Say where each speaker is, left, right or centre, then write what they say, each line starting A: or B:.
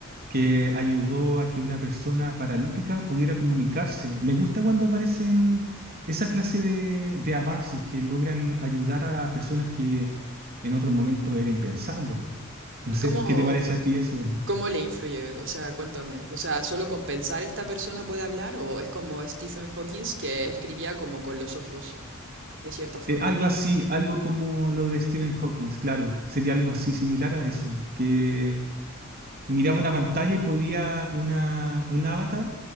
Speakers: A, on the right; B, on the right.
A: que ayudó a que una persona paralítica pudiera comunicarse. Me gusta cuando aparecen esa clase de, de avances que logran ayudar a personas que en otro momento era impensable. No
B: ¿Y
A: sé,
B: cómo,
A: ¿qué te parece a ti eso?
B: cómo le influye? O sea, cuéntame. O sea, ¿solo con pensar esta persona puede hablar? ¿O es como Stephen Hawking que escribía como con los ojos, de cierta forma?
A: Eh, algo así, algo como lo de Stephen Hawking, claro, sería algo así, similar a eso, que miraba una pantalla y podía una, un avatar